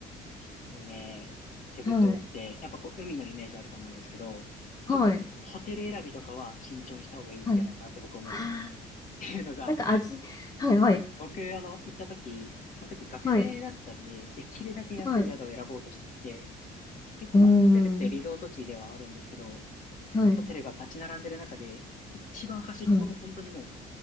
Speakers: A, on the left (about 50°); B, on the left (about 20°).
A: 結構ね、セブ島って、
B: はい。
A: やっぱこう海のイメージあると思うんですけど、
B: はい。
A: ちょっとホテル選びとかは慎重にした方がいいんじゃないかなって僕思うんです。
B: はい。あー
A: っていうのが、
B: なんか味、はい、はい。
A: 僕あの、行った時、その時学生だったんで、
B: はい。
A: できるだけ安い宿を選ぼうとしちゃって、
B: はい。
A: 結構まあ、
B: うーん。
A: セブってリゾート地ではあるんですけど、
B: はい。
A: そのホテルが立ち並んでる中で、一番端っこの本当にもう、
B: はい。